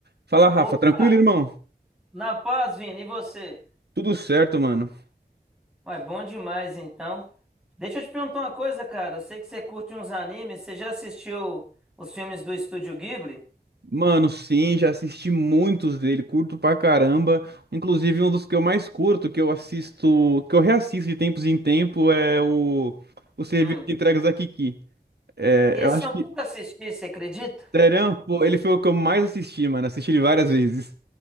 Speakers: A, on the right; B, in the centre.
A: Fala, Rafa.
B: Opa,
A: Tranquilo, irmão?
B: na paz, Vini, e você?
A: Tudo certo, mano.
B: Ué, bom demais, então. Deixa eu te perguntar uma coisa, cara. Eu sei que você curte uns animes. Você já assistiu os filmes do Estúdio Ghibli?
A: Mano, sim, já assisti muitos dele, curto pra caramba. Inclusive, um dos que eu mais curto, que eu assisto, que eu reassisto de tempos em tempo, é o, o serviço
B: Hum.
A: de entregas da Kiki. É,
B: Esse
A: eu acho
B: eu
A: que,
B: nunca assisti, você acredita?
A: sério, pô, ele foi o que eu mais assisti, mano. Assisti ele várias vezes.